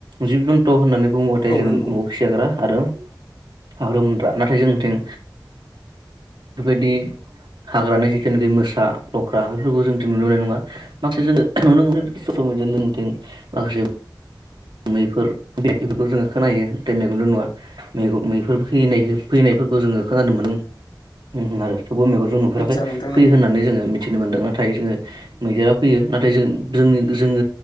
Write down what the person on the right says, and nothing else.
जिब जुन्तु होननानै। बुङोबाथाय
जों
नआव फियाग्रा आरो। हाग्रोमग्रा नाथाय जोंथिं बेफोरबायदि हाग्रानि जिथुनोखि मोसा लख्रा बेफोरखौ जोंथिं नुनो मोननाय नङा माखासे जोङो नुनो मोनो ससेल मिडिया जोंथिं माखासे मैफोर बेफोरखौ जोङो खोनायो नाथाय मैगंजों नुवा मैगं मैफोर फैनाय फैनायफोरखौ जोङो खोनानो मोनदों आरो। थेवबो मेगनजों नुफेराखै
फैयो
होननानै जोङो मिथिनो मोनदों आरो। नाथाय जोङो मैदेरा फैयो नाथाय जों जोंनि जोङो